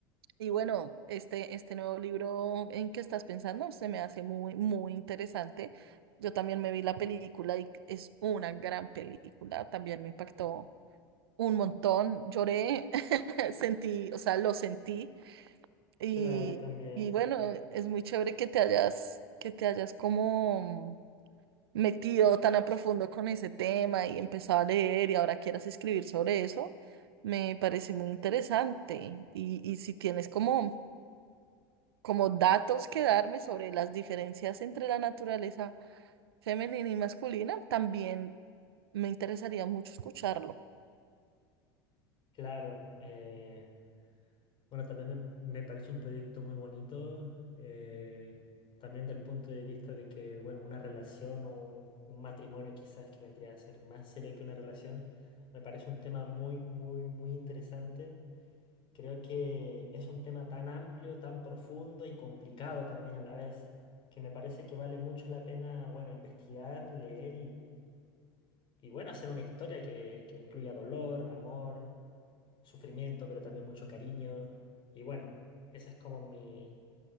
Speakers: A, on the right; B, on the left.
A: y bueno, este, este nuevo libro en que estás pensando se me hace muy, muy interesante. Yo también me vi la película y es una gran película. También me impactó un montón. Lloré, <laughs> sentí, o sea, lo sentí. Y,
B: claro, yo también,
A: y bueno, es muy chévere que te hayas, que te hayas como metido tan a profundo con ese tema y empezado a leer y ahora quieras escribir sobre eso. Me parece muy interesante. Y, y si tienes como como datos que darme sobre las diferencias entre la naturaleza femenina y masculina, también me interesaría mucho escucharlo.
B: claro. eh, bueno, también me, me parece un proyecto muy bonito, eh, también del punto de vista de que, bueno, una relación o un, un matrimonio quizás que vendría a ser más serio que una relación, me parece un tema muy, muy, muy interesante Creo que es un tema tan amplio, tan profundo y complicado también a la vez, que me parece que vale mucho la pena, bueno, investigar, leer y, y bueno, hacer una historia que, que incluya dolor, amor, sufrimiento, pero también mucho cariño. Y bueno, eso es como mi,